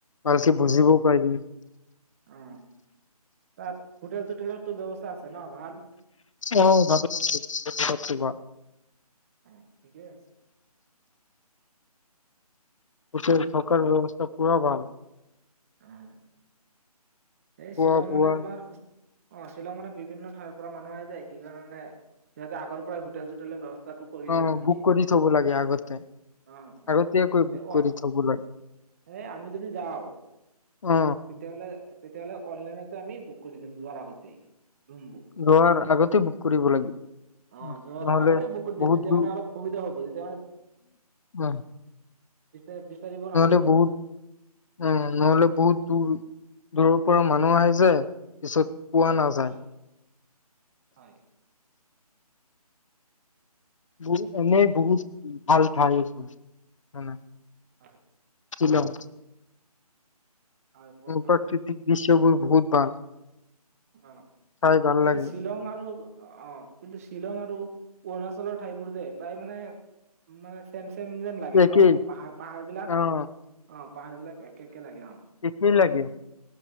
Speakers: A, on the left; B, on the right.
A: ভালকে
B: অ
A: বুজিব পাৰিম।
B: অ, তাত হোটেল চোটেলৰতো ব্যৱস্থা আছে ন, ভাল।
A: অহ, ভাল <unintelligible>
B: অহ, ঠিকেই আছে।
A: হোটেল থকাৰ ব্যৱস্থা পুৰা ভাল।
B: উম। এই
A: খোৱা
B: শ্বিলং
A: বোৱা
B: মানে তোমাৰ অ, ' শ্বিলং মানে বিভিন্ন ঠাইৰ পৰা মানুহ আহি যায়, সেইকাৰণে সিহতে আগৰ পৰা হোটেল চোটেলৰ ব্যৱস্থা টো কৰি
A: অ
B: ৰাখি
A: বুক
B: দিয়ে,
A: কৰি থব লাগে আগতে
B: অ', অ',
A: আগতীয়াকৈ
B: 'এই
A: বুক কৰি থব লাগে
B: এই আমি যদি যাওঁ,
A: অ
B: তেতিয়াহ'লে তেতিয়াহ'লে অনলাইনতেই বুক কৰি দিম যোৱাৰ আগতেই ৰুমবোৰ
A: লোৱাৰ আগতে বুক কৰিব লাগিব
B: অ যোৱাৰ
A: নহলে
B: আগতে বুক কৰি দিম
A: বহুত
B: তেতিয়া
A: দূৰ
B: মানে অলপ সুবিধা হ'ব তেতিয়া মানে
A: উম।
B: বিচা বিচাৰিব
A: নহ'লে
B: নালাগে আমাৰ
A: বহুত অ, ' নহ'লে বহুত দূৰ দূৰৰ পৰা মানুহ আহিছে পিছত পোৱা নাযায়।
B: হয় হয়
A: বহু এনেই বহুত ভাল ঠাই এইটো মানে
B: হয়।
A: শ্বিলং
B: হয় বহুত
A: ভূ
B: ভাল
A: প্ৰাকৃতিক বিশ বহুত ভাল
B: অ,
A: চাই ভাল
B: কিন্তু
A: লাগে
B: শ্বিলং আৰু অ, 'অ, 'কিন্তু শ্বিলং আৰু অৰুণাচলৰ ঠাইবোৰ যে প্ৰায় মানে মানে চেম চেম যেন লাগে
A: একেই
B: ন' পাহাৰ পাহাৰ বিলাক
A: অ',
B: অ, 'পাহাৰ বিলাক একে একে লাগে অ'।
A: একেই লাগে